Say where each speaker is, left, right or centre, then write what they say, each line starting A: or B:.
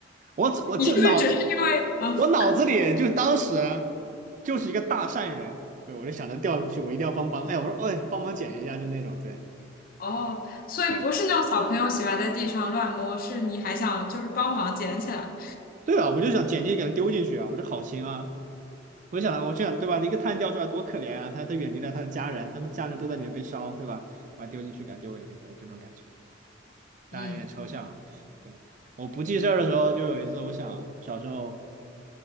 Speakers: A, on the right; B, on the left.
A: 我我这脑，
B: <laughs> 你是不是只是因为啊？
A: 我脑子里就当时就是一个大善人，对，我就想着掉出去，我一定要帮帮，哎，我说，哎，帮忙捡一下，就那种，对，
B: 哦，所以不是那种小朋友喜欢在地上乱摸，
A: 对，
B: 是你还想就是帮忙捡起来？
A: 对啊，我就想捡进去给他丢进去啊，我这好心啊。我就想，我这样对吧？一个碳掉出来多可怜啊！他他远离了他的家人，他们家人都在里面被烧，对吧？我还丢进去，给他丢回去，对，这种感觉。当然有点抽象啊。
B: 嗯
A: 对，我不记事儿的时候，就有一次，我想小时候，